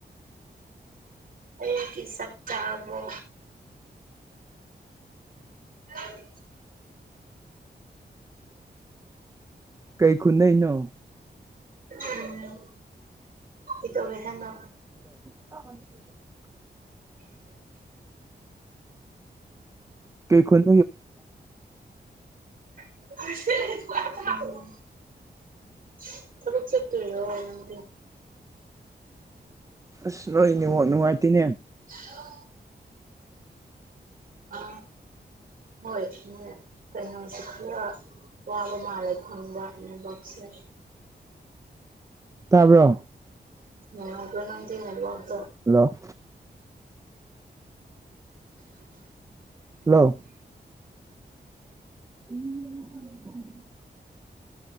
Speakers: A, on the right; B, on the right.
A: ꯑꯩ ꯀ ꯁ ꯆꯥꯕꯣ ꯎꯝ
B: ꯀꯩ ꯈꯨꯨꯅ ꯅ
A: ꯎꯝ ꯏꯇꯋꯦ ꯍꯥꯏꯦꯅ
B: <inaudible> ꯀꯩ ꯈꯨꯟ
A: <inaudible> ꯊꯕꯛ ꯆꯠꯠꯇ ꯅꯪ
B: ꯑꯁ ꯂꯣꯏ ꯅꯤꯉꯣ ꯅꯨꯡꯉꯥꯏꯇꯦꯅꯦ
A: ꯑꯣ ꯑ ꯍꯣꯏ ꯀꯩꯅ ꯁ ꯋꯥ ꯃꯥꯜ ꯑꯦ ꯈꯣꯟꯕꯅꯤꯕꯥꯛꯁꯦ
B: ꯇꯥꯕ꯭ꯔꯣ
A: ꯅꯥꯏ ꯍꯥꯏꯉꯕꯣ
B: ꯍꯜꯂꯣ ꯍꯜꯂꯣ ꯎꯝ